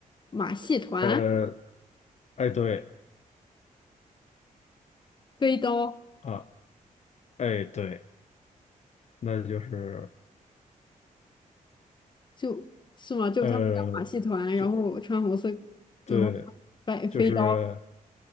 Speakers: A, on the left; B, on the left.
A: 马戏团
B: 呃，哎，对
A: 飞刀
B: 啊，哎，对，那就是
A: 就是吗？就是他们俩马戏团，
B: 呃，就
A: 然后穿红色，然后
B: 对，
A: 摆飞刀，
B: 就是